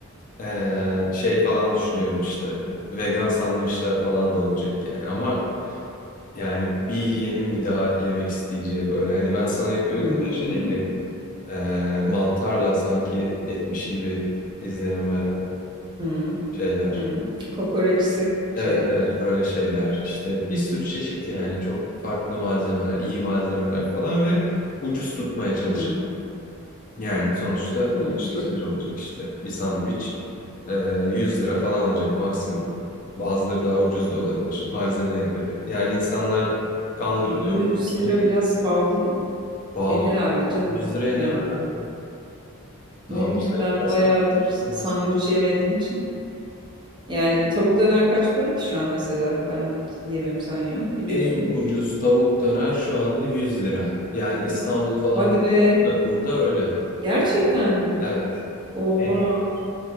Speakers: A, on the left (about 40°); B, on the right (about 20°).
A: Ee, şey falan düşünüyorum işte. Vegan sandviçler falan da olacak yani. Ama yani bir yiyenin bir daha yemek isteyeceği böyle. Hani ben sana yapıyordum
B: Hmm,
A: ya şeyli e, mantarla sanki etmiş gibi izlenim veren
B: hmm,
A: şeyler.
B: hmm. Kokoreçsi şeyler.
A: Evet evet öyle şeyler. İşte bir sürü çeşit yani çok farklı malzemeler, iyi malzemeler falan ve ucuz tutmaya çalışacağım.
B: Hmm,
A: Yani sonuçta
B: hmm.
A: ulaşılabilir
B: Güzel.
A: olacak işte. Bir sandviç e, 100 lira falan olacak maksimum. Bazıları daha ucuz da olabilir malzemeye göre. Yani insanlar kandırılıyor
B: 100
A: bir şeyine
B: lira
A: gir.
B: biraz pahalı ya.
A: Pahalı
B: E herhalde
A: olur.
B: canım.
A: 100 liraya
B: Yani
A: ne var abi? Daha
B: ne
A: ucuza
B: bileyim
A: yaparsam
B: ben bayağıdır
A: olmaz.
B: sandviç yemediğim için. Yani bir tavuk döner kaç para ki şu an mesela? Ben yemiyorum sen yiyorsun. Biliyorsundur.
A: En ucuz tavuk döner şu anda 100 lira. Yani İstanbul'u falan
B: Hadi
A: bilmiyorum
B: be.
A: da burada öyle.
B: Gerçekten
A: Evet.
B: mi?
A: Evet.
B: Oha.
A: En ucuz